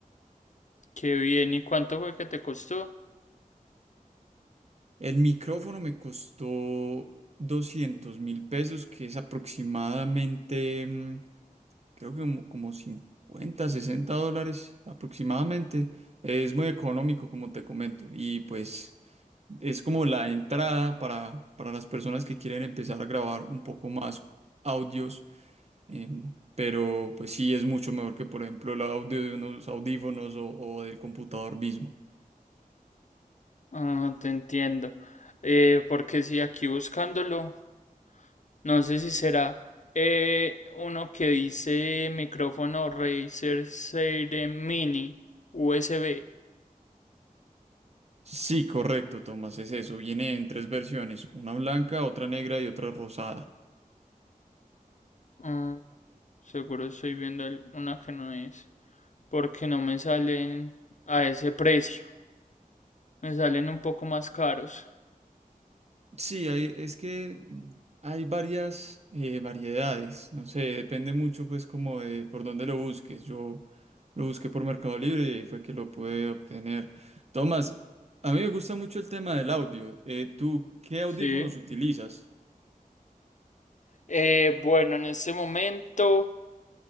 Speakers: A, on the left; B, on the right.
A: ¿Qué bien y cuánto fue que te costó?
B: El micrófono me costó doscientos mil pesos, que es aproximadamente... mm, creo que como, como 50, 60 dólares aproximadamente. Es muy económico, como te comento. Y pues es como la entrada para, para las personas que quieren empezar a grabar un poco más audios. em, pero pues sí, es mucho mejor que, por ejemplo, el audio de unos audífonos o, o del computador mismo.
A: Ah, te entiendo. Eh, porque si aquí buscándolo, no sé si será eh, uno que dice micrófono Razer Serie Mini USB.
B: Sí, correcto, Tomás, es eso. Viene en tres versiones, una blanca, otra negra y otra rosada.
A: Ah, seguro estoy viendo el- una que no es, porque no me salen a ese precio. Me salen un poco más caros.
B: Sí, hay- es que hay varias eh, variedades, no sé, depende mucho pues como de por dónde lo busques. Yo lo busqué por Mercado Libre y ahí fue que lo pude obtener. Tomás, a mí me gusta mucho el tema del audio. Eh, ¿tú qué audífonos
A: Sí.
B: utilizas?
A: Eh, bueno, en este momento